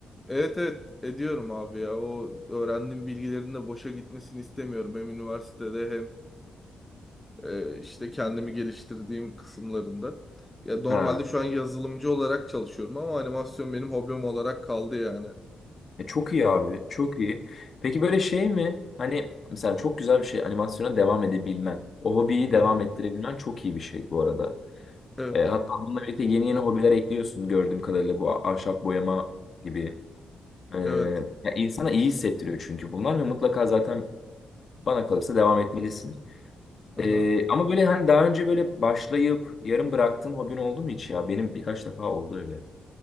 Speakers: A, on the left; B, on the left.
A: Evet evet ediyorum abi ya. O öğrendiğim bilgilerin de boşa gitmesini istemiyorum. Hem üniversitede hem Ee, işte kendimi geliştirdiğim kısımlarında. Ya normalde
B: Ha.
A: şu an yazılımcı olarak çalışıyorum ama animasyon benim hobim olarak kaldı yani.
B: E, çok iyi abi, çok iyi. Peki böyle şey mi? Hani mesela çok güzel bir şey animasyona devam edebilmen, o hobiyi devam
A: Aha,
B: ettirebilmen çok iyi bir şey bu arada.
A: Evet.
B: E, hatta bununla birlikte yeni yeni hobiler ekliyorsun gördüğüm kadarıyla bu a- ahşap boyama gibi. E,
A: Evet.
B: ya insana iyi hissettiriyor çünkü bunlar ve mutlaka zaten bana kalırsa devam etmelisin.
A: Aha.
B: E, ama böyle hani daha önce böyle başlayıp yarım bıraktığın hobin oldu mu hiç ya? Benim birkaç defa oldu öyle.